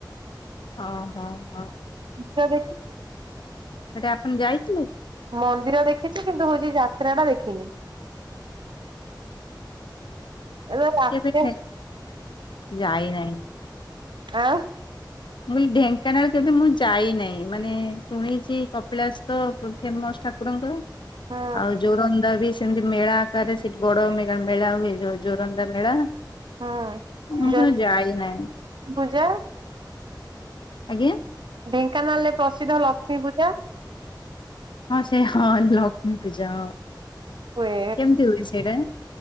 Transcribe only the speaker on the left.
ହଁ ହଁ ହଁ।
ସେଟା ଆପଣ ଯାଇଥିଲୁ।
କେବେ ଯାଇ ନାହିଁ।
ମୁଁ ଏଇ ଢେଙ୍କାନାଳ କେବେ ମୁଁ ଯାଇନାହିଁ ମାନେ ଶୁଣିଛି କପିଳାସ ତ ଫେମସ। ଠାକୁରଙ୍କର।
ଆଉ ଜୋରନ୍ଦା ବି ସେମତି ମେଳା ଆକାରରେ ସେଠି ବଡ ମେଳା ହୁଏ ଯୋଉ ଜୋରନ୍ଦା ମେଳା।
ମୁଁ
ଯାଇ ନାହିଁ।
ଆଜ୍ଞା।
ହଁ ସେ ହଁ ଲକ୍ଷ୍ମୀ ପୂଜା।
କେମତିିବଏ ସେଇଟା